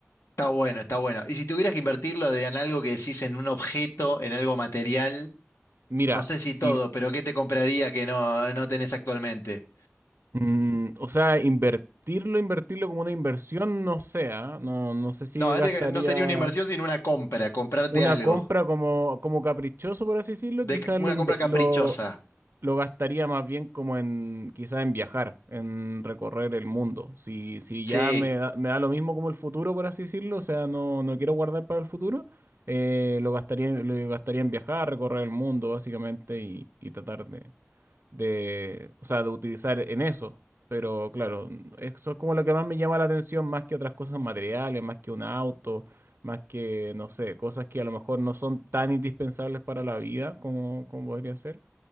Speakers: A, on the left; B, on the right.
A: está bueno, está bueno. Y si tuvieras que invertirlo de- en algo que decís en un objeto, en algo material,
B: Mira,
A: no sé si
B: si.
A: todo, pero ¿qué te compraría que no, no tenés actualmente?
B: mm, o sea, invertirlo, invertirlo como una inversión, no sé, ¿ah? No, no sé si
A: No,
B: gastaría
A: este no sería una inversión, sino una compra, comprarte
B: una
A: algo.
B: compra como, como caprichoso, por así decirlo.
A: De,
B: Quizás
A: una
B: lo, inve-
A: compra caprichosa.
B: lo lo gastaría más bien como en quizá en viajar, en recorrer el mundo. Si, si
A: Sí.
B: ya me da, me da lo mismo como el futuro, por así decirlo, o sea, no, no quiero guardar para el futuro, eh, lo gastaría, en- lo gastaría en viajar, recorrer el mundo, básicamente, y, y tratar de, de, o sea, de utilizar en eso. Pero claro, eso es como lo que más me llama la atención, más que otras cosas materiales, más que un auto, más que, no sé, cosas que a lo mejor no son tan indispensables para la vida como, como podría ser.